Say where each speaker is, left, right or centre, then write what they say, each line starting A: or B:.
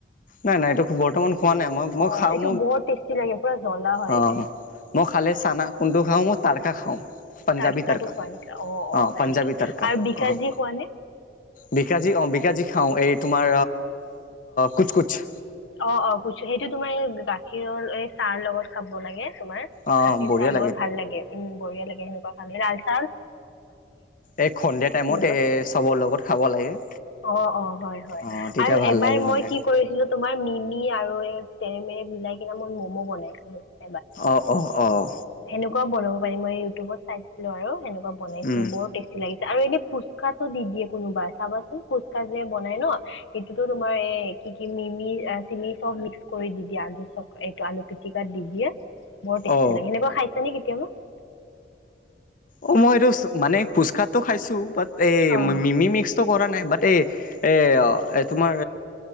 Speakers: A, on the left; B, on the left.
A: নাই নাই এইটো বৰ্তমান খোৱা নাই মই
B: অ
A: মই খাওঁ-।
B: এইটো বৰ টেষ্টি লাগে পুৰা জ্বলা হয়
A: অ
B: এইটো
A: মই খালে চানা কুটোু খাওঁ মই তাৰকা খাওঁ-। পঞ্জাবী
B: তাটকাটো
A: তাৰকা
B: খোৱা নেকি? অ' অ'
A: অঁ
B: হয়
A: পঞ্জাবী
B: নেকি?
A: তাৰকা
B: আৰু বিকাজী
A: অঁ-।
B: খোৱা নে?
A: বিকাজী অ বিকাজী খাওঁ এই তোমাৰ কুচ কুচ-।
B: অ অ বুজিছোঁ সেইটো তোমাৰ গাখীৰৰ এই চাহ লগত খাব লাগে-। তুমাৰ
A: অ
B: গাখীৰ
A: বঢ়িয়া
B: চাৰ লগত ভাল লাগে উম বঢিয়া লাগে সেনেকুৱা খামে ল-।
A: এই সন্ধিয়া টাইমত
B: সেনেকুৱা।
A: এ চবৰ লগত খাব লাগে-।
B: অ অ হয় হয়
A: অ তেতিয়া
B: আৰু
A: ভাল
B: এবাৰ
A: লাগে মানে
B: মই কি কৰিছিলোঁ তোমাৰ মিমি-। আৰু এ তেৰেমেৰে মিলাই কিনে মই ম'ম' বনাইছিলোঁ -।
A: অ অ অ-।
B: সেনেকুৱা বনাব পাৰি মই ইউটিউবত চাইছিলোঁ আৰু সেনেকুৱা বনাইছিলোঁ
A: উম
B: বৰ টেষ্টি লাগিছিল-। আৰু এনে ফুচকাটো দি দিয়ে কোনোবাই চাবাচোন ফুচকা যে বনাই ন সেইটোতো তোমাৰ এ-। কি কি মিমি চিমি চব মিক্স কৰি দি দিয়ে আলু চ এইটো আলু পিটিকাত দি দিয়ে-। বৰ টেষ্টি
A: অ
B: লাগে এনেকুৱা খাইছে নে কেতিয়াবা?
A: অ মই এইটো মানে ফুচকাাতটো খাইছোঁ বাত এই
B: অ',
A: মিমি মিক্সটো কৰা নাই-। বাত এই এ তোমাৰ